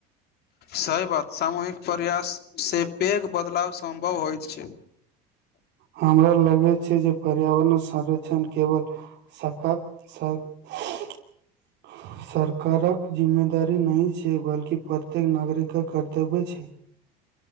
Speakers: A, on the left (about 50°); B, on the right (about 55°).
A: सही बात सामूहिक प्रयास से पैग बदलाव सम्भव होइत छै
B: हमरा लगे छै जे पर्यावरण संरक्षण केवल सका <unintelligible> सरकारक जिम्मेदारी नही छै बल्कि प्रत्येक नागरिक के कर्तव्य छै